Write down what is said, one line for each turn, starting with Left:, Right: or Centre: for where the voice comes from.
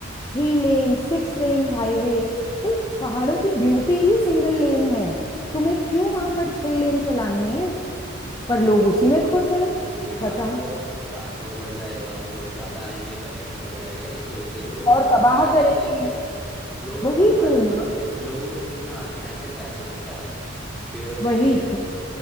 Centre: हम्म
Left: थ्री लेन सिक्स लेन्स हाईवे भाई पहाड़ों की ब्यूटी ही सिंगल लेन है तुम्हें क्यों वहां पर छह लेन चलानी है पर
Centre: सिर्फ
Left: लोग उसी में खुश हैं
Centre: क्योंकि ट्रांसपोर्ट
Left: बताओ
Centre: ट्रांसपोर्ट बढ़ जाएगा लोग ज्यादा आएंगे पर्यटन बढ़ जाएगा इस वजह से लोग
Left: और
Centre: अपना
Left: तबाह
Centre: फायदा
Left: करेंगे
Centre: देखते हैं लोग अपना
Left: वही
Centre: फायदा
Left: तो ना
Centre: देखते हैं लोगों को सिर्फ ना आज के टाइम पे पैसों से प्यार है पेड़ों
Left: वही
Centre: से नहीं है
Left: तो